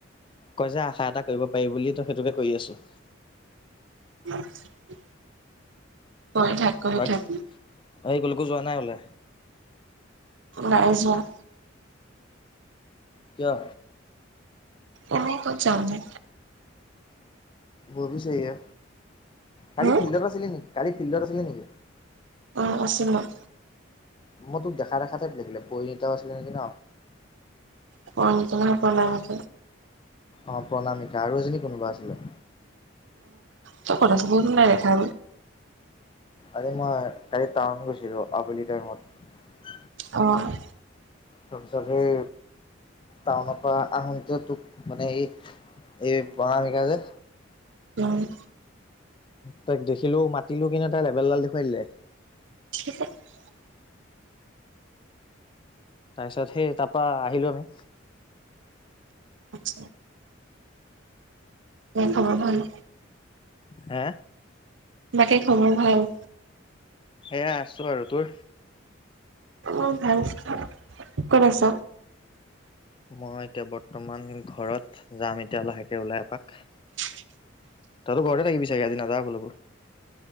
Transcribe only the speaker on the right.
<unintelligible> কৰি থাক কৰি
থাক
ৰাইজৰ।
এনে ক'ত যাওঁ নো
হম
অ' আছিলেই।
ফ নক ন পলাই মোক।
তই ক'ত আছিলি নাই দেখা।
অ'।
হয়।
<inaudible>
উম। স খবৰ ভাল?
বাকী খবৰ ভাল?
অ, <unintelligible> ক'ত আছ?
<inaudible>